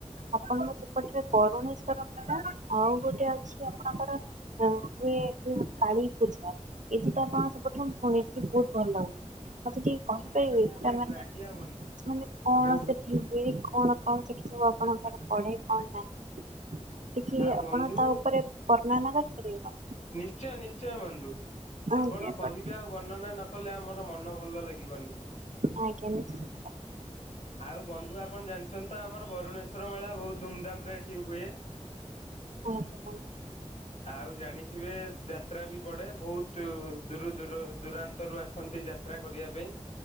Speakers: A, on the right; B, on the left.
A: ଆପଣଙ୍କ ସେପଟରେ ବରୁଣେଶ୍ଵର ମେଡ଼ ହଉ ଗୋଟେ ଅଛି ଆ କୋଉଠି କାଳୀ ପୂଜା ଏ ହେଟା କଣ ସେପଟେ ମୁ ସୁଣିଚି ଭ ଭଲ ହୁଏ ମତେ ଟିକେ କହିପାରିବେ
B: ଆଜ୍ଞା
A: ସେଟା
B: ବନ୍ଧୁ
A: ମାନେ
B: ଆଜ୍ଞା ବନ୍ଧୁ
A: ମାନେ କଣ
B: ବହୁତ
A: ସେଠି ହୁଏ କଣ କଣ ସେ କି ସବୁ ଆପଣଙ୍କ ପାଖ ପଡେ କଣ ନାହିଁ ଟିକେ
B: ଆ
A: ଆପଣ
B: ବନ୍ଧୁ
A: ତା ଉପରେ ବର୍ଣାନକରି ପାରିବେ ନା
B: ନିଶ୍ଚୟ ନିଶ୍ଚୟ ବନ୍ଧୁ
A: ଆଜ୍ଞା
B: ଆପଣ କହିବେ ଆଉ ବର୍ଣ୍ଣନା ନ କଲେ ଆମର ମନ ଭଲ ଲାଗିବନି?
A: ଆଜ୍ଞା ନିଶ୍ଚିତ
B: ଆଉ ବନ୍ଧୁ ଆପଣ ଜାଣିଛନ୍ତି ଆମର ବରୁଣେଶ୍ଵର ମେଳା ବହୁତ ଧୁମ୍ ଧାମରେ ଏଠି ହୁଏ
A: ଆଜ୍ଞା
B: ଆଉ ଜାଣି ଥିବେ ଯାତ୍ରା ବି ପଡେ ବହୁତ ଦୂର ଦୂର ଦୂରାନ୍ତରୁ ଆସନ୍ତି ଯାତ୍ରା କରିବା ପାଇଁ।